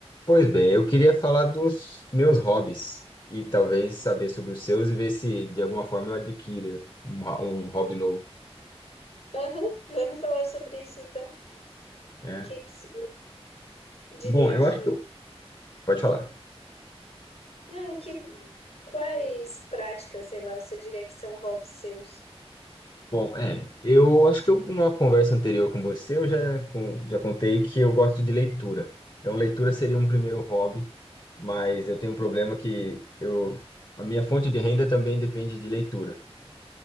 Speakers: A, on the left; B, on the left.
A: Pois bem, eu queria falar dos meus hobbies e talvez saber sobre os seus e ver se de alguma forma eu adquira um, ho- um hobby novo.
B: Aham, vamos falar sobre isso então. O
A: É.
B: que que você diria
A: Bom, eu
B: que.
A: acho que eu. Pode falar.
B: Não, que. Quais práticas, sei lá, você diria que são hobbies seus?
A: Bom, é, eu acho que eu, numa conversa anterior com você, eu já, con- já contei que eu gosto de leitura. Então, leitura seria um primeiro hobby, mas eu tenho um problema que eu, a minha fonte de renda também depende de leitura.